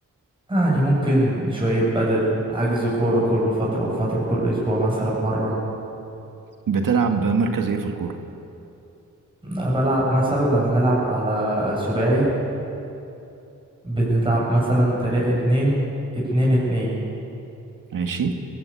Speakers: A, on the right; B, on the right.
A: يعني ممكن شوية بدل حجز كورة كل فترة وفترة كل أسبوع مثلا مرة
B: بتلعب مركز ايه في الكورة
A: بلعب مثلا لو هنلعب على سباعي بنلعب مثلا تلا اتنين اتنين اتنين
B: ماشي